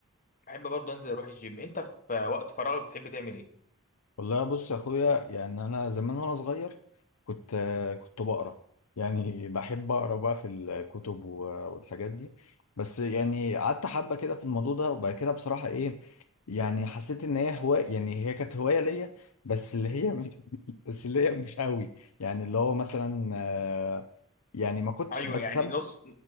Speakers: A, on the left; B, on the left.
A: بحب برضه أنزل أروح الجيم أنت في وقت فراغك بتحب تعمل إيه؟
B: والله بص يا اخويا يعني انا زمان وانا صغير كنت آه، كنت بقرا يعني بحب اقرا بقى في الكتب و- والحاجات دي بس يعني قعدت حبه كده في الموضوع ده وبعد كده بصراحه ايه يعني حسيت ان هي هوايه يعني هي كانت هوايه ليا بس اللي هي مش <laughs> بس اللي هي مش قوي يعني اللي هو مثلا آه، يعني ما كنتش
A: أيوه
B: بستمتع
A: يعني نص